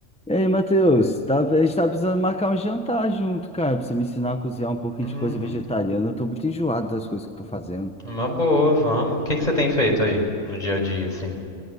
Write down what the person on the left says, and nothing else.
Hum,
uma boa, vamos. O que que você tem feito aí no dia a dia, assim?